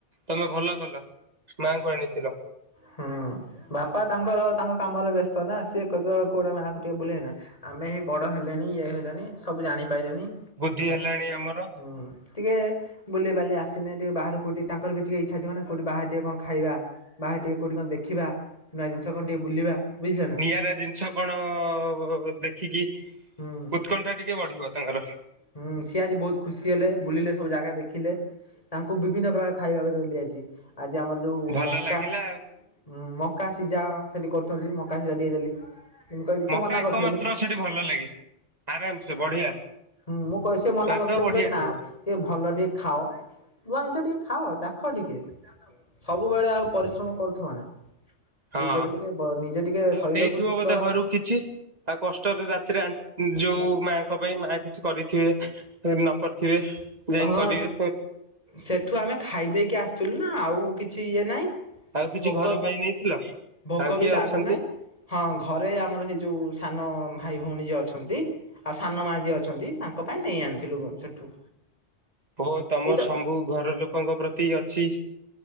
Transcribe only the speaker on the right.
ତମେ ଭଲ କଲ ମାଙ୍କୁ ଆଣିଥିଲ।
ବୁଦ୍ଧି ହେଲାଣି ଆମର।
ଜିନିଷ କଣ ଦେଖିକି
ଉତ୍କଣ୍ଠା ଟିକେ ବଢିବ ତାଙ୍କର
ଭଲ
ଲାଗିଲା
ମକା
ଏକମାତ୍ର
ସେଠି ଭଲ ଲାଗେ ଆରାମ ସେ ବଢିଆ।
ସ୍ଵାଦ
ବଢିଆ
ଥିବ
ହଁ
ଆଉ
ନେଇଥିବ
ବୋଧେ
ଘରକୁ କିଛି। ଆଉ କଷ୍ଟରେ ରାତିରେ ଯୋଉ ମାଙ୍କ ପାଇଁ ମା କିଛି କରିଥିବେ। ନ କରିଥିବେ। ଯାଇ
କରିବେ
ଆଉ କିଛି
ଘର ପାଇଁ ନେଇଥିଲ?
ଆଉ କିଏ
ଅଛନ୍ତି
ପୁ ତମର
ସବୁ ଘର ଲୋକ ଲୋକଙ୍କ ପ୍ରତି ଅଛି